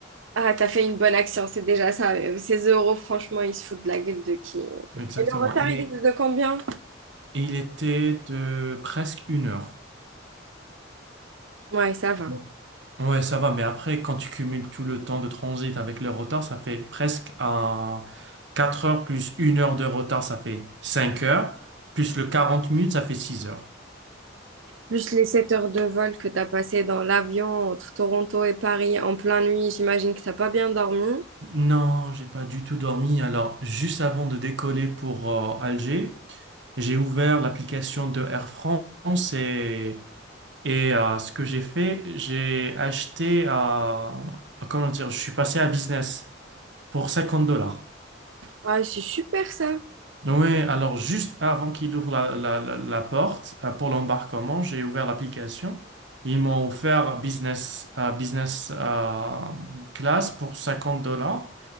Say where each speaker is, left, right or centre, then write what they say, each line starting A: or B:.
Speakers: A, on the right; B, on the right.
A: Ah, t'as fait une bonne action, c'est déjà ça. Euh, Ces euros, franchement, ils se foutent de la gueule de qui?
B: Exactement.
A: Et le retard,
B: Et,
A: il était de combien?
B: et il était de presque une heure.
A: Ouais, ça va.
B: Donc, ouais, ça va, mais après, quand tu cumules tout le temps de transit avec le retard, ça fait presque un 4 heures plus une heure de retard, ça fait 5 heures. Plus le 40 minutes, ça fait six heures.
A: Plus les 7 heures de vol que tu as passées dans l'avion entre Toronto et Paris en pleine nuit, j'imagine que t'as pas bien dormi.
B: Non, j'ai pas du tout dormi. Alors, juste avant de décoller pour euh, Alger, j'ai ouvert l'application de Air France et Et euh, ce que j'ai fait, j'ai acheté, euh, comment dire, je suis passé à business pour 50 dollars.
A: Ah, c'est super ça.
B: Oui, alors juste avant qu'il ouvre la, la- la- la porte euh, pour l'embarquement, j'ai ouvert l'application. Ils m'ont offert business, euh, business euh, class pour 50 dollars.